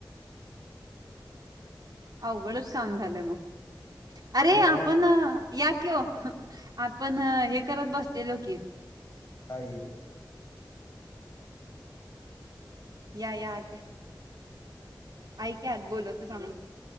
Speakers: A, on the right; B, on the left.
A: अवघडच काम झालं मग अरे
B: मला
A: आपण
B: म्हण
A: या कि आपण हे करत बसलेलो की
B: काही
A: या याद ऐक्यात बोलवत सांग